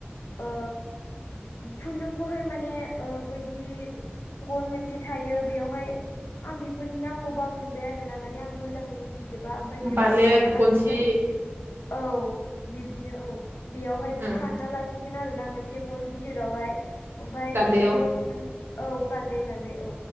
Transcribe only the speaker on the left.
ओ खुन्दुंखौहाय माने ओ बै जि गन मोनसे थायो बेयावहाय आं बिफोरनि नामखौ बावजोब्बाय आरो ना माने आं मोजांबो मिन थिजोबा ओमफ्राय बेयावहाय
फानना
लासिगोन औ बिब्दिनो औ बेयावहाय
फानना ला सिगोन आरो ना मोनसे गन गिदिरावहाय ओमफाय
बेयाव औ गान्दै गान्दै औ